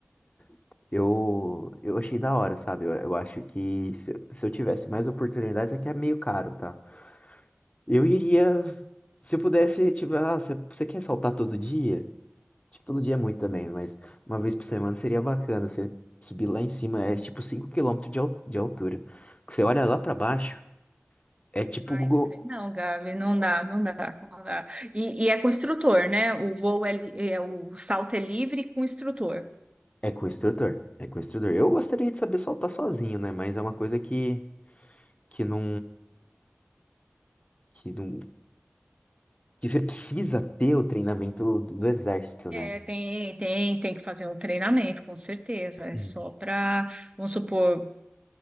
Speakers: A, on the left; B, on the right.
A: <laughs> eu, eu achei da hora, sabe? Eu, eu acho que se, eu- se eu tivesse mais oportunidades, é que é meio caro, tá? Eu iria se eu pudesse, tipo, ah, você você quer saltar todo dia? Acho que todo dia é muito também, mas uma vez por semana seria bacana você subir lá em cima, é tipo cinco km de, al- de altura. Você olha lá pra baixo, é tipo
B: Ai,
A: o Google,
B: que le- Não, Gabi, não dá, não dá, não dá. E, e é com instrutor, né? O voo é, li- é- o salto é livre com instrutor.
A: é com o instrutor, é com o instrutor. Eu gostaria de saber saltar sozinho, né? Mas é uma coisa que, que não, que não, que você precisa ter o treinamento do exército,
B: É,
A: né?
B: tem, tem, tem que fazer um treinamento, com certeza. É
A: Uhum.
B: só para, vamos supor,